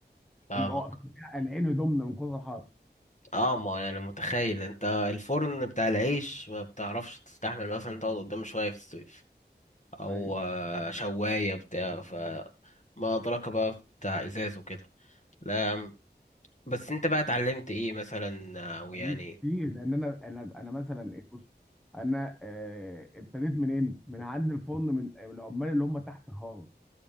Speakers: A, on the left; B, in the centre.
A: فاهمك
B: بنبقى واقفين قلعين هدومنا من كتر الحر
A: اه ما انا يعني متخيل انت الفرن بتاع العيش ما بتعرفش تستحمل مثلا تقعد قدامه شوية في الصيف او
B: ايوه
A: آه، شواية بتاع ف ما أدراك بقى بتاع ازاز وكده لا بس انت بقى اتعلمت ايه مثلا او
B: اتعلمت
A: يعني
B: كتير لان انا انا انا مثلا إيه، بص انا آه، ابتديت منين؟ من عند الفرن من العمال اللي هم تحت خالص